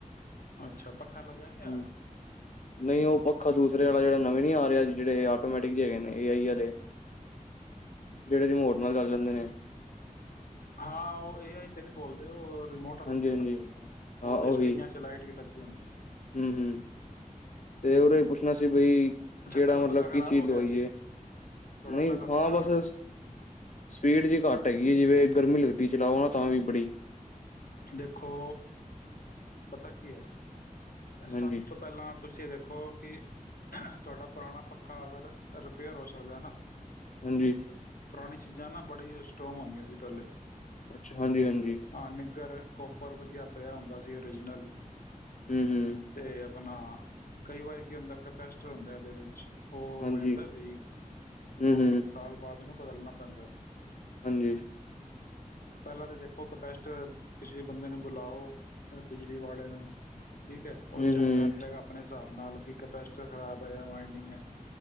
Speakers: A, on the left; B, on the left.
A: ਅੱਛਾ ਪੱਖਾ ਲਗਾ ਨਹੀਂ ਆ
B: ਹੂੰ ਨਹੀਂ ਉਹ ਪੱਖਾ ਦੂਸਰੇ ਵਾਲਾ ਜਿਹੜਾ ਨਵੇਂ ਨੀ ਆ ਰਿਹਾ ਜੀ। ਜਿਹੜੇ ਆਟੋਮੈਟਿਕ ਜੇ ਹੈਗੇ ਨੇ ਏ ਆਈ ਵਾਲੇ ਜਿਹੜੇ ਰਿਮੋਟ ਨਾਲ ਚੱਲ ਜਾਂਦੇ ਨੇ।
A: ਹਾਂ ਉਹ ਏ ਆਈ ਤੇ ਨਹੀ ਬੋਲਦੇ ਔ, ਰਿਮੋਟ ਵਾਲਾ
B: ਹਾਂਜੀ-ਹਾਂਜੀ
A: ਪੱਖਾ ਬੋਲਦੇ ਆ
B: ਹਾਂ
A: ਉਹਦੇ ਚ
B: ਉਹੀ
A: ਕਈਆਂ ਚ ਲਾਈਟ ਵੀ ਲੱਗੀ। ਹਾਂਜੀ
B: ਹੂੰ-ਹੂੰ, ਤੇ ਉਹਦਾ ਹੀ ਪੁੱਛਣਾ ਸੀ ਬਈ,
A: ਅੱਛਾ
B: ਕਿਹੜਾ
A: ਪਹਿਲਾ ਪੱਖਾ
B: ਮਤਲਬ
A: ਖ਼ਰਾਬ
B: ਕੀ ਚੀਜ਼
A: ਹੋ ਗਿਆ
B: ਹੋਈਏ
A: ਸੀ ਥੋੜ੍ਹਾ
B: ਨਹੀਂ
A: ਪਹਿਲਾ ਪੱਖਾ
B: ਹਾਂ ਬਸ
A: ਖ-
B: ਸਪੀਡ ਜਿਹੀ ਘੱਟ ਘੱਟ ਹੈਗੀ ਹੈ, ਜਿਵੇਂ ਗਰਮੀ ਲੱਗਦੀ ਚਲਾਓ ਨਾ ਤਾਂ ਵੀ ਬੜੀ,
A: ਦੇਖੋ, ਪਤਾ ਕੀ ਹੈ। ਸਭ
B: ਹਾਂਜੀ
A: ਤੋਂ ਪਹਿਲਾਂ ਤੁਸੀਂ ਇਹ ਦੇਖੋ ਕਿ, ਤੁਹਾਡਾ ਪੁਰਾਣਾ ਪੱਖਾ ਅਗਰ ਰਿਪੇਅਰ ਹੋ ਸਕਦਾ ਨਾ।
B: ਹਾਜੀ,
A: ਪੁਰਾਣੀ ਚੀਜ਼ਾਂ ਨਾ ਬੜੀ ਸਟਰੋਂਗ ਹੁੰਦੀਆਂ ਸੀ ਪਹਿਲੇ
B: ਅੱਛਾ ਹਾਂਜੀ ਹਾਂਜੀ,
A: ਹਾਂ ਨਿੱਗਰ ਕੋਪਰ ਵਧੀਆ ਪਿਆ ਹੁੰਦਾ। ਓਰੀਜਨਲ,
B: ਹੂੰ-ਹੂੰ,
A: ਅਤੇ ਆਪਣਾ ਕਈ ਵਾਰੀ ਕੀ ਹੁੰਦਾ ਕਪੈਸਟਰ ਹੁੰਦਾ ਇਹਦੇ ਵਿੱਚ, ਉਹ
B: ਹਾਂਜੀ
A: ਹੋ ਜਾਂਦਾ ਵੀਕ
B: ਹੂੰ
A: ਦੋ
B: ਹੂੰ
A: ਤਿੰਨ ਸਾਲ ਬਾਅਦ ਉਹਨੂੰ ਬਦਲਣਾ ਪੈਂਦਾ।
B: ਹਾਂਜੀ
A: ਪਹਿਲਾਂ ਤਾਂ ਦੇਖੋ ਕਪੈਸਟ ਕਿਸੇ ਬੰਦੇ ਨੂੰ ਬੁਲਾਓ। ਬਿਜਲੀ ਵਾਲੇ ਨੂੰ ਠੀਕ ਹੈ ਉਹ
B: ਹੂੰ
A: ਚੈੱਕ
B: ਹੂੰ
A: ਕਰ ਲੇਗਾ ਆਪਣੇ, ਹਿਸਾਬ ਨਾਲ ਕਿ ਕੰਪਸਟਰ ਖਰਾਬ ਹੈ ਮਾਈਨਗ ਹੈ।